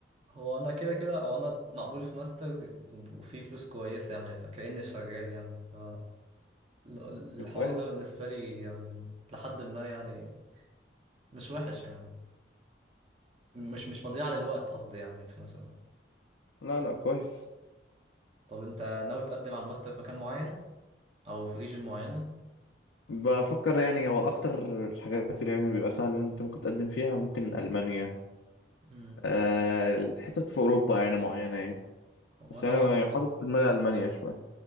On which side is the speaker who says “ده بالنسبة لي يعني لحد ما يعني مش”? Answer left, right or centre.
Right